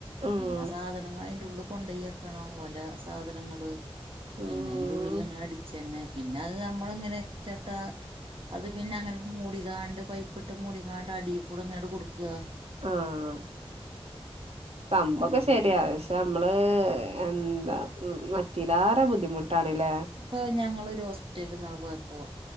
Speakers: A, on the right (about 80°); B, on the right (about 60°).
A: ആഹ്
B: പിന്നെ സാധനങ്ങള് അയിന്റെ ഉള്ള് കൊണ്ടയക്കണം ഓല സാധനങ്ങള്.
A: ഉം
B: പിന്നെ അയിന്റെ ഉള്ളിലങ്ങനെ അടിച്ച്ന്നെ പിന്നെ അയ് നമ്മള്ങ്ങനെ <unintelligible> അത് പിന്നെ അങ്ങനെട് മൂടിക്കാണ്ട് പൈപ്പ്ട്ട് മൂടികാണ്ട് അടീൽ കൂടി ഒന്നാണ്ട് കൊട്ക്ക്.
A: ആഹ് സംഭവൊക്കെ
B: അങ്ങനെ
A: ശെരിയാ പഷെ ഇപ്പ നമ്മള് എന്താ മറ്റീലാറെ ബുദ്ധിമുട്ടാണ്ല്ലേ
B: ഇപ്പൊ ഞങ്ങളൊരു ഹോസ്പിറ്റൽല് ഇന്നാള് പോയപ്പോ